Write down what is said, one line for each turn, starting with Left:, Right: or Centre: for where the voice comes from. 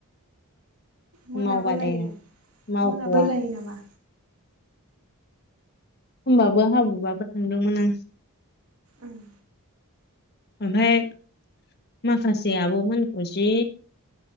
Right: मोनाबोलायो
Left: मावबादाया मावख'वा
Right: मोना बोलायो नामा?
Left: हमबाबो हाब्रुबाबो थांदोंमोन आं
Right: ओम
Left: ओमफ्राय माखासे आब' मोनखौ' जि